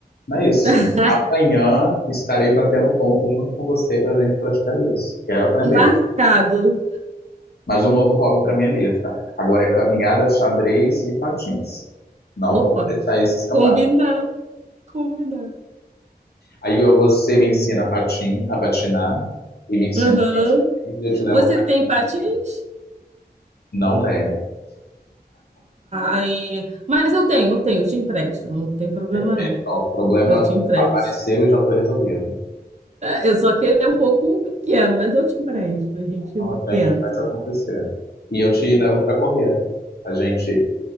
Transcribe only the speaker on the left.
Não é isso.
Amanhã estarei batendo ponto junto com você para a gente praticar isso. Quero aprender.
Mais um novo hobby para minha lista. Agora é caminhada, xadrez e patins. Não
vou deixar esse escapar.
Aí eu- você me ensina a patin, a patinar e me ensina
a jogar xadrez e eu te levo
para
caminhar
comigo. Não tenho.
Perfeito.
Pronto, o problema
apareceu e já foi resolvido.
Então a
gente faz acontecer. E eu te levo para correr. A gente